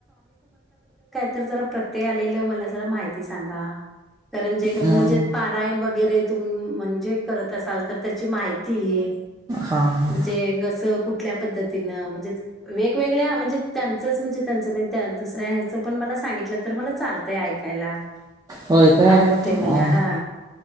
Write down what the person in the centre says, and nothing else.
ज प्रत्य आ मला मा सांगाण जे म्हणज
पाण व. वगैरे तुम् म्हणजे करत असाल तर त्याची माहिती ह.
म्हणजे कसं कुठल्या पद्धतीनं म्हणजे वेगवेगळ्या म्हणजे. त्यांचंच म्हणजे त्यांचं नाही दुसर्या हचं पण मला सांगितलं तर मला चालतंय ऐकायला.
आवडतंय
मला हा